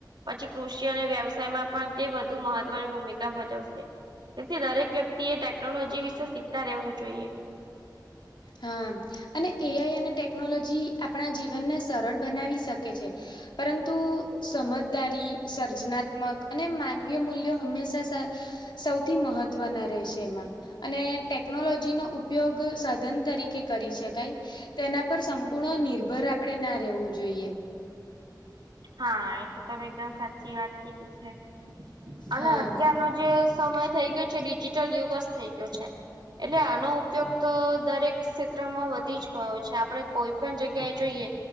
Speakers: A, on the right (about 70°); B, on the left (about 80°).
A: પછી કૃષિ અને વ્યવસાયમાં પણ તે વધુ મહત્વની ભૂમિકા ભજવસે. તેથી દરેક વ્યક્તિ એ ટેકનોલોજી વિસે સીકતા રેવું જોઈએ.
B: હા અને એઆઈ અને ટેકનોલોજી આપણા જીવનને સરળ બનાવી શકે છે. પરંતુ સમજદારી, સર્જનાત્મક અને માનવીય મૂલ્યો હંમે સસ સૌથી મહ ત્વના રહે સે. એમાં અને ટેકનોલોજી નો ઉપયોગ સાધન તરીકે કરી શ તઇ તેના પર સંપૂર્ણ નિર્ભર આપડે ના રેવું જોઈએ.
A: હા, એ તો તમે એકદમ સાચી વાત કીધી છે. અને
B: હા
A: અત્યારનો જે સમય થઇ ગયો છે, ડિજિટલ યુગ સ થઇ ગયો છે. એટલે આનો ઉપયોગ તો દરેક સેત્રમાં વધી જ ગયો છે. આપડે કોઈ પણ જગ્યાએ જોઈએ,